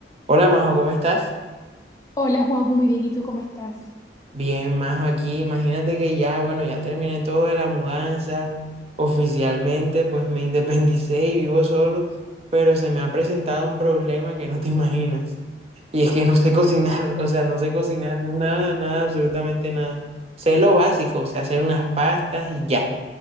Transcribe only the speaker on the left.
Hola Juanjo, muy bien, ¿y tú cómo estás?